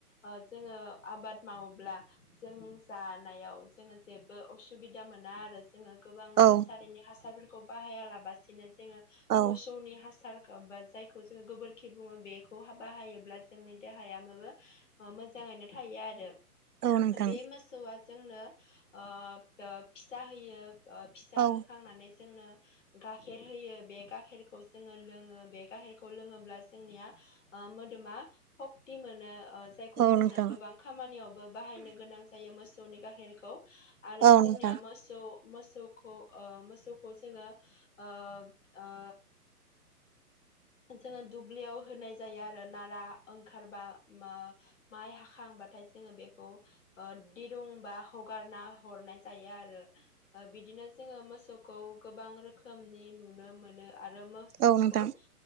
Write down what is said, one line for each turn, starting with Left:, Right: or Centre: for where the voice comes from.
Left: ओ जोङो आबाद मावोब्ला जों जानायाव जोङो जेबो असुबिदा मोना आरो जोङो गोबां नारसारिनि
Right: औ
Left: हासारफोर खौ बाहाया लाबासिनो जोङो
Right: औ
Left: मोसौनि हासार बा जायखौ जोङो गोबोरखि बुङो बेखौ हा बाहायोब्ला जोंनि देहाया मोबो ओ मोजाङैनो थायो आरो
Right: औ नोंथां
Left: बे मोसौआ जोंनो ओ फिसा होयो ओ फिसा
Right: औ
Left: होखांनानै जोंनो गाखेर होयो बे गाखेरखौ जोङो लोङो बे गाखेरखौ लोङोब्ला जोंनिया मोदोमा सक्ति मोनो ओ जायखौ
Right: औ
Left: जोंनो
Right: नोंथां
Left: गोबां खामानियावबो बाहायनो गोनां जायो मोसौनि गाइखेरखौ आरो
Right: औ
Left: जोंनिया
Right: नोंथां
Left: मोस सौ मोसौखौ ओ मोसौखौ जोङो ओ ओ जोङो दुब्लियाव होनाय जायो आरो नारा ओंखारबा मा माइ हाखांबाथाय जोङो बेखौ ओ दिरुं बा हगारना हरनाय जायो आरो ओ बिदिनो जोङो मोसौखौ गोबां रोखोमनि नुनो मोनो आरो मोसौखौ
Right: औ नोंथां
Left: ओ